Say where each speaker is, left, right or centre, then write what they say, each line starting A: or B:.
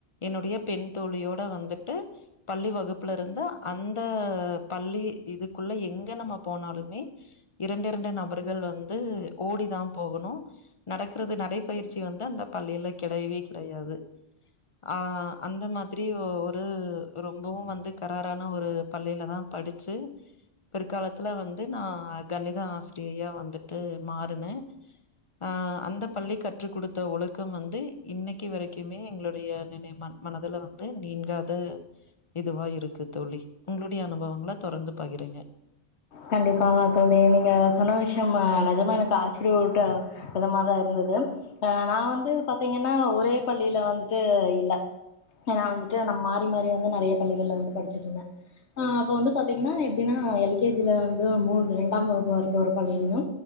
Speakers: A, on the left; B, on the left.
A: என்னுடைய பெண் தோழியோட வந்துட்டு பள்ளி வகுப்புல இருந்த அந்த பள்ளி இதுக்குள்ள எங்க நம்ம போனாலுமே இரண்டு இரண்டு நபருகள் வந்து ஓடி தா போகணு நடக்கிறது நடைப்பயிற்சி வந்து அந்த பள்ளியில கெடையவே கெடையாது ஆ அந்த மாதிரி ஒரு ரொம்பவு வந்து கராரான ஒரு பள்ளில தா படிச்சு பிற்காலத்துல வந்து நா கணிதா ஆஸ் ஃப்ரீயா வந்துட்டு மாறுணு ஆ அந்த பள்ளி கற்று குடுத்த ஒழுக்கம் வந்து இன்னைக்கு வரைக்குமே எங்களுடைய நினைமான் மனதுல வந்து நீங்காத இதுவா இருக்கு தோழி உங்களுடைய அனுபவங்கள தொடர்ந்து பகிருங்க
B: கண்டிப்பாங்க தோழி நீங்க சொன்ன விஷ்யம் நெஜமா எனக்கு ஆச்சிர்மூட்டு விதமா தா இருந்துது ஆ நா வந்து பாத்தீங்கன்னா ஒரே பள்ளில வந்துட்டு இல்ல ஏனா வந்துட்டு நா மாறி மாறி வந்து நெறைய பள்ளிகள்ல வந்து படிச்சிட்ருந்தே ஆ அப்ப வந்து பாத்தீங்கன்னா எப்டின்னா எல்கேஜில வந்து மூன் ரெண்டாம் வகுப்பு வரைக்கு ஒரு பள்ளிலயு